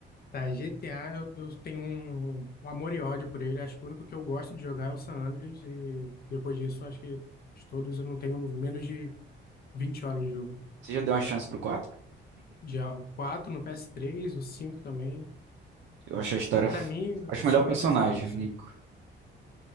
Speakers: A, on the left (about 50°); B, on the right (about 70°).
A: Tá, GTA, eu, eu tenho um, um amor e ódio por ele. Acho que o único que eu gosto de jogar é o San Andreas. E depois disso, acho que de todos eu não tenho menos de 20 horas de jogo.
B: Você já deu uma chance pro quatro?
A: Já o 4 no PS3, o 5 também.
B: Eu acho a história.
A: Cara, pra
B: f-
A: mim,
B: Acho
A: o San
B: o melhor personagem,
A: Andreas é o ápice.
B: o Nico.